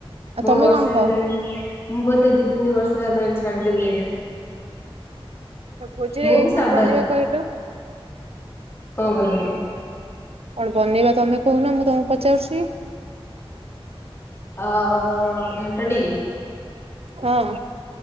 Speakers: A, on the right (about 80°); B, on the left (about 25°).
A: ଆଉ
B: ମୁଁ
A: ତମେ
B: ବର୍ଷେ
A: କଣ ଖାଅ?
B: ହେଲାଣି ମୁଁ ବୋଧେ ଦି ତିନି ବର୍ଷ ହେଲାଣି ଛାଡିଦେଲିଣି।
A: ଆ ଭୋଜି
B: ମୁଁ ବି ସାଧା
A: କଣ ବନେଇବା କହିଲ?
B: କଂ ବନେଇବା?
A: କଣ ବନେଇବା ତମେ କହୁନ ମୁଁ ତମକୁ ପଚାରୁଚି?
B: ଆଉ ଘାଣ୍ଟ ଟିକେ
A: ହଁ।